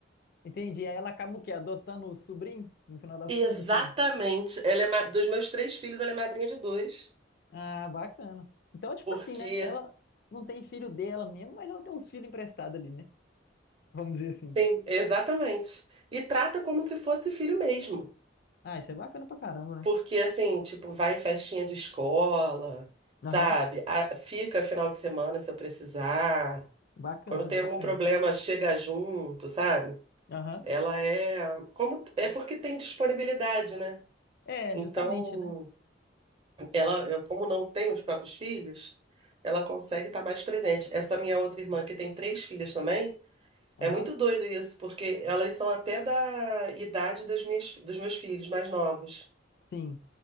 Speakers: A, on the left; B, on the right.
A: Entendi. Aí ela acaba o quê? Adotando o sobrinho, no final das
B: Exatamente.
A: contas, assim.
B: Ela é ma- dos meus três filhos, ela é madrinha de dois.
A: Ah, bacana. Então, tipo
B: Porque,
A: assim, né? Ela não tem filho dela mesmo, mas ela tem uns filhos emprestados ali, né? Vamos dizer assim.
B: sim, exatamente. E trata como se fosse filho mesmo.
A: Ah, isso é bacana pra caramba,
B: Porque,
A: né?
B: assim, tipo, vai em festinha de escola,
A: Aham.
B: sabe? A- Fica final de semana se eu precisar.
A: Bacana,
B: Quando tem
A: bacana.
B: algum problema, chega junto, sabe?
A: Aham.
B: Ela é. Como, é porque tem disponibilidade, né?
A: É,
B: Então.
A: justamente, né?
B: Ela, eu- como não tem os próprios filhos, ela consegue estar mais presente. Essa minha outra irmã, que tem três filhas também,
A: Aham.
B: é muito doido isso, porque elas são até da idade das minhas, dos meus filhos mais novos.
A: Sim.